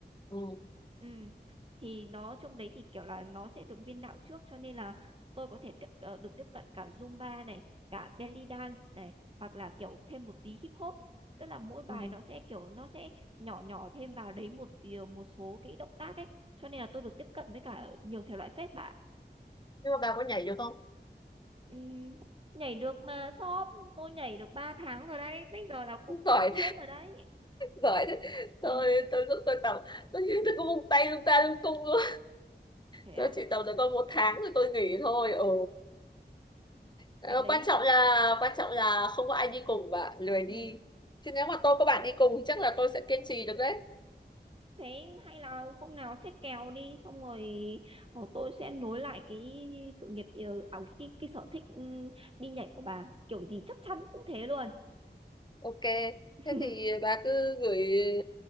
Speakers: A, on the left; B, on the right.
A: ừ.
B: Ừ. Thì nó trong đấy thì kiểu là nó sẽ được biên đạo trước cho nên là tôi có thể tiếp ờ, được tiếp cận cả Zumba này, cả belly dance này hoặc là kiểu thêm một tí hip hop. Tức là mỗi bài
A: ừ.
B: nó sẽ kiểu nó sẽ nhỏ nhỏ thêm vào đấy một tí, một số cái động tác ấy. Cho nên là tôi được tiếp cận với cả nhiều thể loại phết bạn.
A: nhưng mà bà có nhảy được không
B: Ừm, nhảy được mà shop tôi nhảy được 3 tháng rồi đấy. Bây giờ là cũng
A: giỏi
B: nhuyễn nhuyễn rồi đấy.
A: giỏi thế tôi
B: Ừ,
A: tôi cũng tôi tập tôi như tôi cũng vung tay lung ta lung tung luôn
B: thế
A: tôi
B: á,
A: chỉ tập được có một tháng rồi tôi nghỉ thôi ừ Ờ,
B: cái đấy.
A: quan trọng là quan trọng là không có ai đi cùng và lười đi
B: Ừ.
A: chứ nếu mà tôi có bạn đi cùng thì chắc là tôi sẽ kiên trì được đấy
B: Thế hay là hôm nào xét kèo đi xong rồi ờ, tôi sẽ nối lại cái sự nghiệp ờ, à, cái, cái sở thích ừ, đi nhảy của bà, kiểu gì chắc chắn cũng thế luôn.
A: ok
B: <laughs>
A: thế thì bà cứ gửi